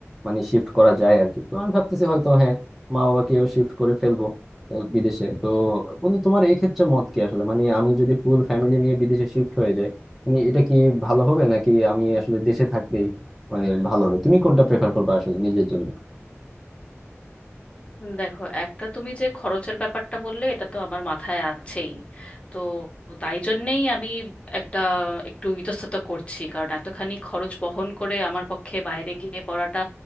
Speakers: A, in the centre; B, on the left (about 25°).
A: মানে শিফট করা যায় আর কি তো আমি ভাবতেছি হয়তো হ্যাঁ মা বাবাকেও শিফট করে ফেলবো আহ, বিদেশে তো বন্ধু তোমার এই ক্ষেত্রে মত কি আসলে মানে আমি যদি ফুল ফ্যামিলি নিয়ে বিদেশে শিফট হয়ে যাই মানে এটা কি ভালো হবে নাকি আমি আসলে দেশে থাকলেই মানে ভালো হবে তুমি কোনটা প্রেফার করবে আসলে নিজের জন্য
B: দেখো একটা তুমি যে খরচের ব্যাপারটা বললে এটা তো আমার মাথায় আছেই তো তাই জন্যেই আমি একটা একটু ইতস্তত করছি কারণ এতখানি খরচ বহন করে আমার পক্ষে বাইরে গিয়ে পড়াটা